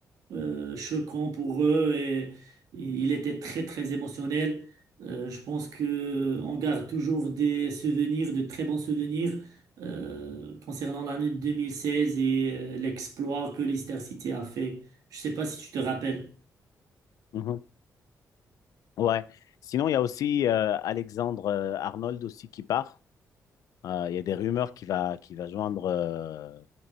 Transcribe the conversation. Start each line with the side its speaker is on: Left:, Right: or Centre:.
Right: euh, choquant pour eux et, et il était très, très émotionnel. Euh, je pense que euh, on garde toujours des souvenirs, de très bons souvenirs euh, concernant l'année 2016 et euh, l'exploit que Leicester City a fait. Je sais pas si tu te rappelles.
Left: Mhm. Ouais. Sinon, il y a aussi euh, Alexandre euh, Arnold aussi qui part. Euh, il y a des rumeurs qui va, qui va joindre euh,